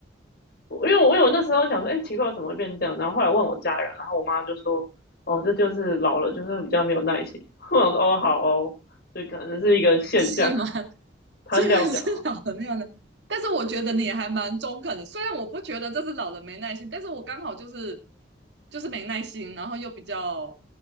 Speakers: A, on the left; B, on the right.
A: 我因为我因为我有那时候想说，哎、欸奇怪，怎么会变这样？然后后来问我家人，然后我妈就说，哦，这就是老了，就是比较没有耐心。<laughs> 我想说，哦，好哦，所以可能是一个现象，
B: <laughs> 是吗？
A: 他是这样讲啊。
B: 这个是 <laughs> 老人没有耐，但是我觉得你还蛮中肯的。虽然我不觉得这是老人没耐心，但是我刚好就是就是没耐心，然后又比较